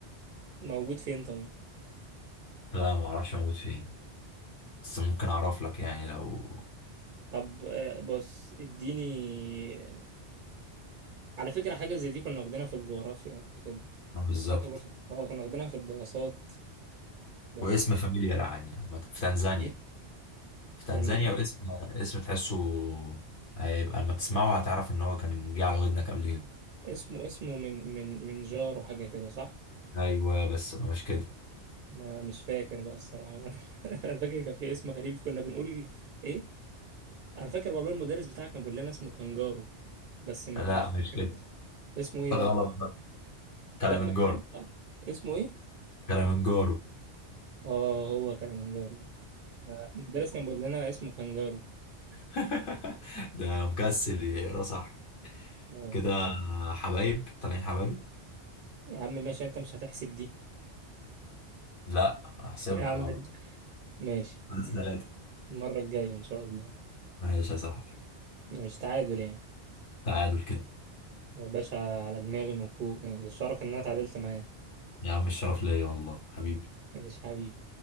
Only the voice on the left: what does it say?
لا ما اعرفش موجود فين بس ممكن اعرف لك يعني لو
ما بالظبط
واسم فاميليار يعني عامة في تنزانيا
في تنزانيا
واسم اسم تحسه هيبقى اما تسمعه هتعرف ان هو كان جه على ودنك قبل كده
ايوه بس مش كده
لا
مش
كده
غلط
بقى كلمنجارو
كلمنجارو
<laughs> ده مكسل يقرا صح
كده حبايب طالعين حبايب
لا هحسبها
غلط
ثلاثة
ثلاثة
ماشي يا صاحبي
تعادل كده
يا عم الشرف ليا والله حبيبي